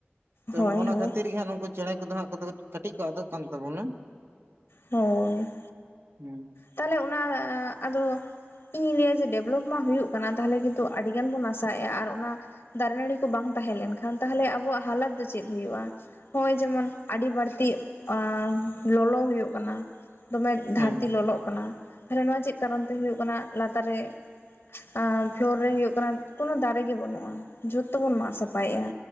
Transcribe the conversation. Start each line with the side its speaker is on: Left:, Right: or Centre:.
Right: ᱛᱚ
Left: ᱦᱳᱭ
Right: ᱱᱚᱜᱼ ᱚᱱᱟ
Left: ᱦᱳᱭ
Right: ᱠᱷᱟᱹᱛᱤᱨ ᱜᱮ ᱱᱩᱝᱠᱩ ᱪᱮᱬᱮ ᱠᱚᱫᱚ ᱦᱟᱸᱜ <unintelligible> ᱠᱟᱹᱴᱤᱡ ᱠᱚ ᱟᱫᱚᱜ ᱠᱟᱱ ᱛᱟᱵᱚᱱᱟ᱾
Left: ᱦᱳᱭ᱾
Right: <unintelligible>
Left: ᱛᱟᱦᱞᱮ ᱚᱱᱟ ᱟᱫᱚ ᱤᱧᱤᱧ ᱞᱟᱹᱭᱟ ᱡᱮ ᱰᱮᱵᱷᱞᱚᱯ ᱢᱟ ᱦᱩᱭᱩᱜ ᱠᱟᱱᱟ ᱛᱟᱦᱚᱞᱮ ᱠᱤᱱᱛᱩ ᱟᱹᱰᱤ ᱜᱟᱱ ᱵᱚᱱ ᱱᱟᱥᱟᱣ ᱮᱫᱼᱟ ᱟᱨ ᱚᱱᱟ ᱫᱟᱨᱮ ᱱᱟᱹᱲᱤ ᱠᱚ ᱵᱟᱝ ᱛᱟᱦᱮᱸ ᱞᱮᱱ ᱠᱷᱟᱱ ᱛᱟᱦᱚᱞᱮ ᱟᱵᱚᱣᱟᱜ ᱦᱟᱞᱚᱛ ᱫᱚ ᱪᱮᱫ ᱦᱩᱭᱩᱜᱼᱟ? ᱦᱚᱸᱜ-ᱚᱭ ᱡᱮᱢᱚᱱ ᱟᱹᱰᱤ ᱵᱟᱹᱲᱛᱤ ᱮᱸ ᱞᱚᱞᱚ ᱦᱩᱭᱩᱜ ᱠᱟᱱᱟ ᱫᱚᱢᱮ ᱫᱷᱟᱹᱨᱛᱤ
Right: ᱦᱮᱸ
Left: ᱞᱚᱞᱚᱜ ᱠᱟᱱᱟ ᱛᱟᱦᱞᱮ ᱱᱚᱣᱟ ᱪᱮᱫ ᱠᱟᱨᱚᱱ ᱛᱮ ᱦᱩᱭᱩᱜ ᱠᱟᱱᱟ? ᱞᱟᱛᱟᱨ ᱨᱮ ᱮᱸ ᱯᱷᱳᱞᱳᱨ ᱨᱮ ᱦᱩᱭᱩᱜ ᱠᱟᱱᱟ ᱠᱳᱱᱳ ᱫᱟᱨᱮ ᱜᱮ ᱵᱟᱹᱱᱩᱜᱼᱟ, ᱡᱷᱚᱛᱚ ᱵᱚᱱ ᱢᱟᱜ ᱥᱟᱯᱷᱟᱭᱮᱜᱼᱟ᱾